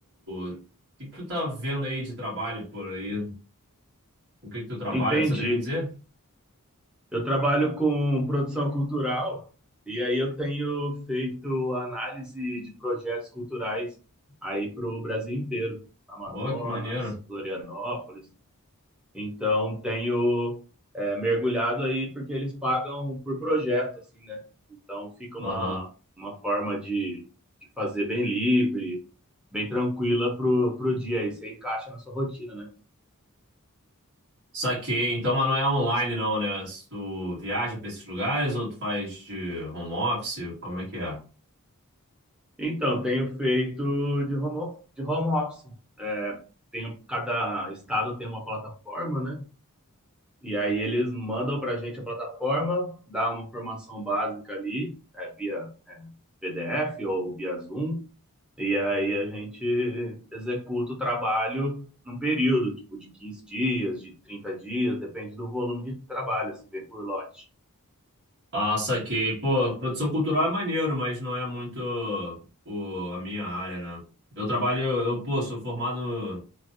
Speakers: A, on the right (about 55°); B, in the centre.
A: O que que tu tá vendo aí de trabalho por aí? O que que tu trabalha?
B: Entendi.
A: Tu saberia me dizer?
B: Eu trabalho com produção cultural e aí eu tenho feito análise de projetos culturais aí para o Brasil inteiro, Amazonas,
A: Ó, que maneiro.
B: Florianópolis. Então tenho é, mergulhado aí porque eles pagam por projeto, assim, né? Então fica uma,
A: Aham.
B: uma forma de, de fazer bem livre, bem tranquila pro, pro dia. Aí você encaixa na sua rotina, né?
A: Saquei. Então, mas não é online não, né? Se Tu viaja pra esses lugares ou tu faz de home office? Como é que é?
B: Então, tenho feito de home, of- de home office. É, tenho, cada estado tem uma plataforma, né? E aí eles mandam para a gente a plataforma, dá uma informação básica ali, é, via PDF ou via Zoom, e aí a gente executa o trabalho num período, tipo, de 15 dias, de 30 dias, depende do volume de trabalho, assim, vem por lote.
A: Ah, saquei. Pô, produção cultural é maneiro, mas não é muito o, a minha área, né? Eu trabalho, eu, pô, sou formado